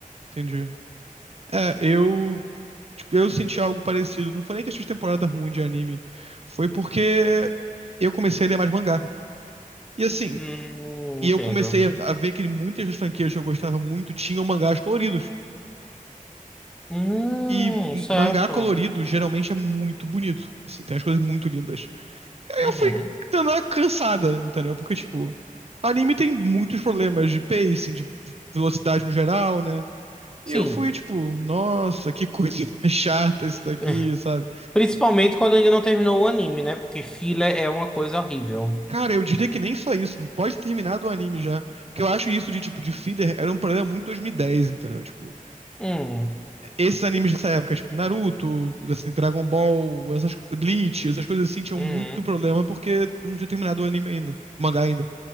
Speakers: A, on the right (about 45°); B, in the centre.
A: Entendi. É, eu Tipo, eu senti algo parecido. Não foi nem questão de temporada ruim de anime. Foi porque eu comecei a ler mais mangá. E assim,
B: Hum,
A: e eu
B: entendo.
A: comecei a a ver que muitas das franquias que eu gostava muito tinham mangás coloridos.
B: Hum,
A: E m-
B: certo.
A: mangá colorido geralmente é muito bonito. Assim, tem as coisas muito lindas. Aí
B: Uhum.
A: eu fui dando uma cansada, entendeu? Porque, tipo, anime tem muitos problemas de pacing, de velocidade no geral, né?
B: Sim.
A: E eu fui, tipo, nossa, que coisa <laughs> mais chata isso daqui,
B: <laughs>
A: sabe?
B: Principalmente quando ainda não terminou o anime, né? Porque filler é uma coisa horrível.
A: Cara, eu diria que nem só isso. Pode ter terminado o anime já. Porque eu acho isso de, tipo, de filler era um problema muito 2010, entendeu? Tipo,
B: Hum,
A: esses animes dessa época, tipo, Naruto, assim, Dragon Ball, essas, co- Bleach, essas coisas assim, tinham
B: uhum,
A: muito problema porque não tinha terminado o anime ainda, o mangá ainda.